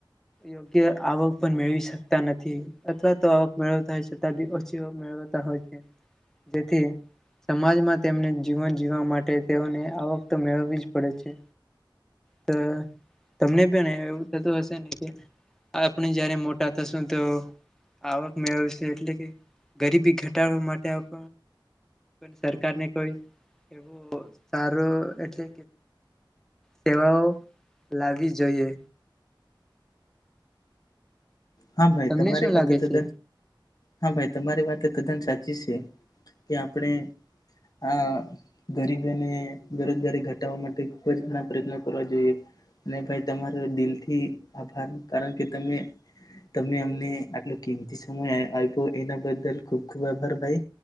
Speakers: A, in the centre; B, on the left.
A: યોગ્ય આવક પણ મેળવી શકતા નથી અથવા તો આવક મેળવતા હોય છતાં બી ઓછી આવક મેળવતા હોય છે જેથી સમાજમાં તેમને જીવન જીવવા માટે તેઓને આવક તો મેળવીજ પડે છે તો તમને પણ એવું થતું હશે ને કે આપણે જયારે મોટા થસ ત આવક મેળવે છે એટલે કે ગરીબી ઘટાડવા માટે આપ સરકાર ને કોઈ એવું સારું એટલે સેવાઓ લાગી જોઈએ
B: હા ભાઈ
A: તમને
B: તમારી
A: શું
B: વાત
A: લાગે
B: તો
A: છે
B: હા ભાઈ તમારી વાત કદમ સાચી છે કે આપણે આ ગરીબોને બેરોજગારી ઘટાવા માટે ખુબ જ ઘણા પ્રયત્નો કરવા જોઈએ અને ભાઈ તમારો દિલથી આભાર કારણ કે તમે તમે અમને આટલો કિમતી સમય આપ્યો એના બદલ ખુબ ખૂબ આભાર ભાઈ